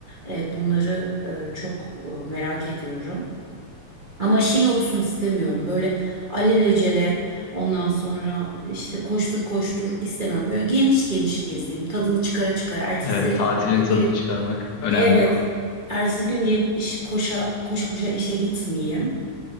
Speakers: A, on the right; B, on the left.
A: e, bunları e, çok e, merak ediyorum. Ama şey olsun istemiyorum. Böyle alelacele ondan sonra işte koştur koştur istemiyorum. Böyle geniş geniş gezeyim. Tadını çıkara çıkara. Ertesi
B: Evet, tatilin
A: gün
B: tadını
A: gelip
B: çıkarmak önemli.
A: evet. Ertesi gün gelip iş, koşa koşa koşa işe gitmeyeyim.